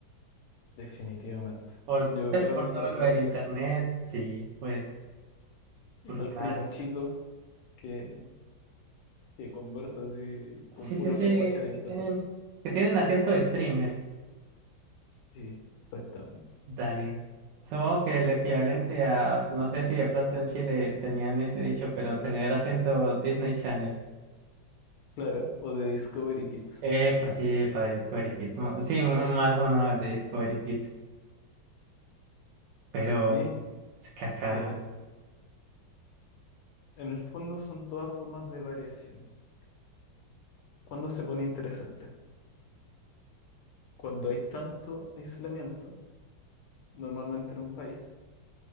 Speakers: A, on the left; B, on the right.
A: Definitivamente.
B: Por,
A: Yo
B: pues,
A: veo
B: por todo
A: de repente
B: lo del internet, sí, pues, brutal.
A: al primo chico que, que conversa así
B: Sí,
A: con puro
B: sí, sí,
A: lenguaje de internet.
B: que tienen, que tienen acento de streamer.
A: Sí, exactamente.
B: Dale. Supongo que el equivalente a, no sé si de pronto en Chile tenían ese dicho, pero tener acento Disney Channel.
A: Claro, o de Discovery Kids.
B: Epa, sí, para Discovery Kids. Mo- Sí, m- más una el de Discovery Kids, pero
A: Sí,
B: es cacaja.
A: eh, en el fondo son todas formas de variaciones. ¿Cuándo se pone interesante? Cuando hay tanto aislamiento, normalmente en un país,